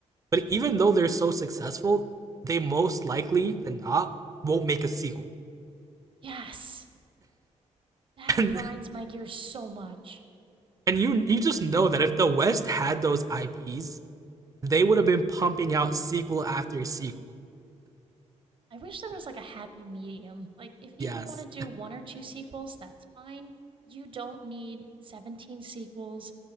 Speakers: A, on the right; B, on the right.
A: but even though they're so successful, they most likely than not won't make a sequel.
B: Yes. That
A: <laughs> and,
B: grinds my gears so much.
A: and you you just know that if the West had those IPs, they would have been pumping out sequel after sequel.
B: I wish there was like a happy medium. Like, if you
A: Yes,
B: want to do one or two sequels, that's fine. You don't need 17 sequels,